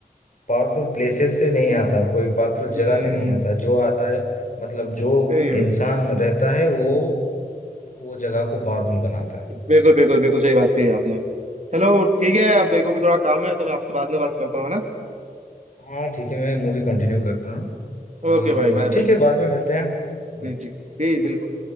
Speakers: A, on the left; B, on the right.
A: पावरफुल प्लेसेस से नहीं आता कोई पावरफुल
B: हम्म
A: जगह से नहीं आता जो आता है मतलब जो
B: सही है।
A: इंसान रहता है वो वो जगह को पावरफुल बनाता है
B: बिल्कुल बिल्कुल बिल्कुल सही बात कही आपने चलो ठीक है अब मेरे को भी थोड़ा काम है तो मैं आपसे बाद में बात करता हूँ है ना
A: हाँ ठीक है मैं मूवी कंटिन्यू करता हूँ
B: ओके
A: आप
B: भाई बाय बाय
A: ठीक है बाद में मिलते हैं Bye.
B: जी जी जी, बिल्कुल